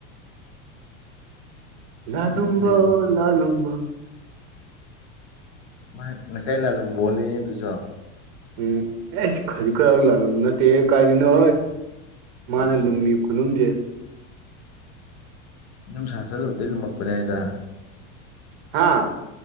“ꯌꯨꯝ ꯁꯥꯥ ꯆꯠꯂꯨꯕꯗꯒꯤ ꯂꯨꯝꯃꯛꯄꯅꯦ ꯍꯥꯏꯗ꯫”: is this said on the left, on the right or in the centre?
Left